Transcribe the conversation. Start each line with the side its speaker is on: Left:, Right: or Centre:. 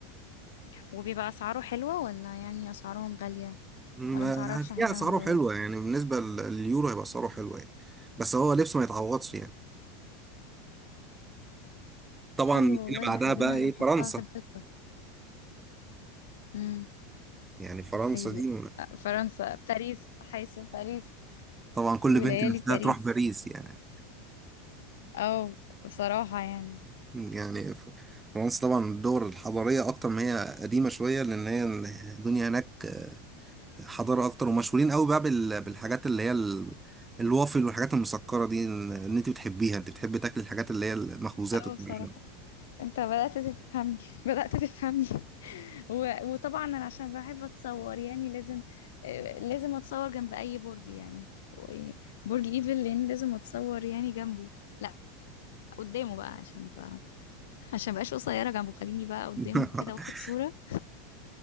Left: وبيبقى اسعاره حلوة ولا يعني اسعارهم غالية
Right: م-
Left: ولا متعرفش
Right: فيها
Left: حاجة
Right: اسعاره
Left: عن الموضوع
Right: حلوه
Left: ده
Right: يعني بالنسبه لل- لليورو هيبقى اسعاره حلوه يعني بس هو لبس ما يتعوضش يعني طبعا
Left: حلو
Right: هنا
Left: والله
Right: بعدها
Left: يا حدينا
Right: بقى ايه
Left: هنحطها
Right: فرنسا
Left: في الخطة امم
Right: يعني فرنسا
Left: سيدي
Right: دي
Left: آه، فرنسا باريس حيث باريس
Right: طبعا كل
Left: وليالي
Right: بنت نفسها
Left: باريس
Right: تروح باريس يعني
Left: او بصراحة يعني
Right: يعني ف- فرنسا طبعا الدول الحضاريه اكتر ما هي قديمه شويه لان هي الدنيا هناك حضارة أكتر ومشهورين قوي بقى بال- بالحاجات اللي هي ال- الوافل والحاجات المسكرة دي إن إن أنت بتحبيها أنت بتحبي تاكلي الحاجات اللي هي المخبوزات
Left: او
Right: والكلام
Left: بصراحة انت بدأت تفهمني <laughs> بدأت تفهمني <laughs> و... وطبعا انا عشان بحب اتصور يعني لازم آه، لازم اتصور جنب اي برج يعني و- برج ايفل لان لازم اتصور يعني جنبه لا قدامه بقى عشان بقى عشان مبقاش قصيره جنبه خليني بقى قدامه
Right: ده <laughs>
Left: كده واخد صوره